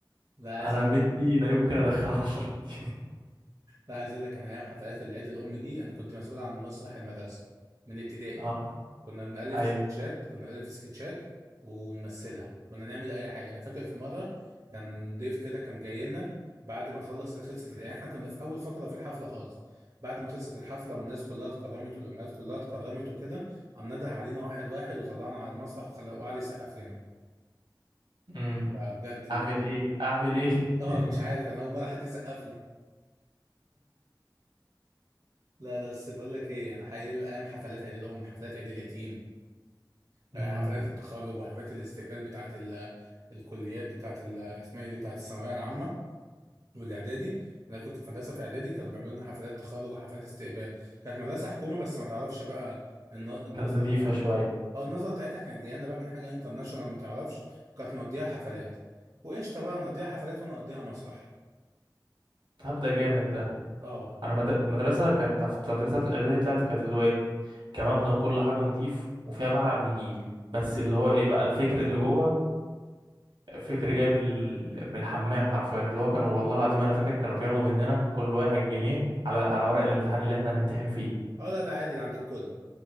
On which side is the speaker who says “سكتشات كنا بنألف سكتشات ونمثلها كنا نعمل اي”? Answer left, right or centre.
Right